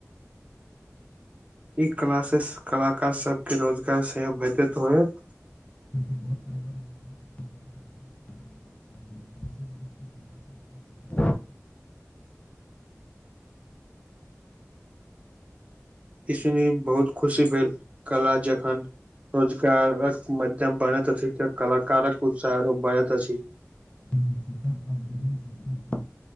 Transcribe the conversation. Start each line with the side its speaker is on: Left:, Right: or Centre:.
Right: ई कला से कलाकार सब के रोजगार सेहो भेटत होइत
Left: बहुत परिवार मधुबनी चित्रकला पर अपन जीविका चलाबैत छथि, विशेष रूप सँ महिला सभ। एहि क्षेत्र
Right: ई सुनि बहुत खुशी भेल कला जखन रोजगारक मध्यम बनैतथ से कलाकारक उत्साह बनैत अछि
Left: <inaudible>